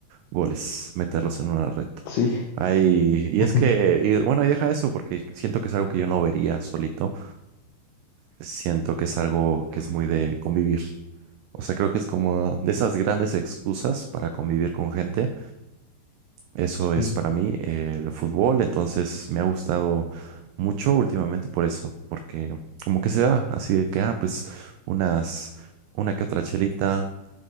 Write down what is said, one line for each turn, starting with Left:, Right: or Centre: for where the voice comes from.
Right: goles, meterlos en una red.
Left: Sí,
Right: Ay, y
Left: <laughs>
Right: es que, y bueno, y deja eso porque siento que es algo que yo no vería solito. Siento que es algo que es muy de convivir. O sea, creo que es como de esas grandes excusas para convivir con gente eso
Left: sí.
Right: es para mí eh, el fútbol, entonces me ha gustado mucho últimamente por eso, porque como que se da, así de que, ah, pues unas, una que otra chelita,